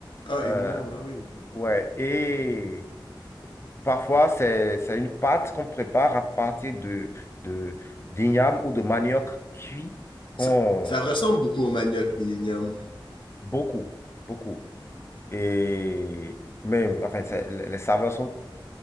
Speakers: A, on the left; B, on the left.
A: Ah,
B: Euh,
A: Ignium, ah oui.
B: Ouais, et parfois, c'est, c'est une pâte qu'on prépare à partir de, de, d'igname ou de manioc cuit qu'on,
A: Ça, ça ressemble beaucoup au manioc, l'Ignium.
B: beaucoup, beaucoup. Et, mais, enfin, c'est- les saveurs sont